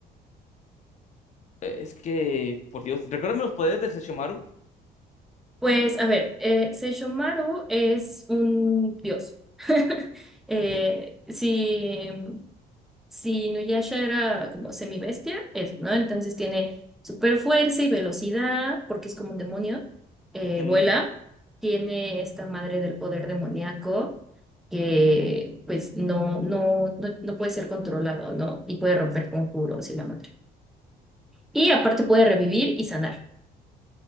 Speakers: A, on the left (about 45°); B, in the centre.
A: Eh, Es que, por Dios, recuérdame los poderes de Sesshomaru.
B: Pues, a ver, eh, Seishomaru es un dios. <laughs> Eh,
A: Ujú,
B: si Si Nuyasha era como semibestia, eso, ¿no? Entonces tiene super fuerza y velocidad, porque es como un demonio. eh,
A: ujú,
B: vuela, tiene esta madre del poder demoníaco que pues no, no, no, no puede ser controlado, ¿no? Y puede romper conjuros y la madre. Y aparte puede revivir y sanar.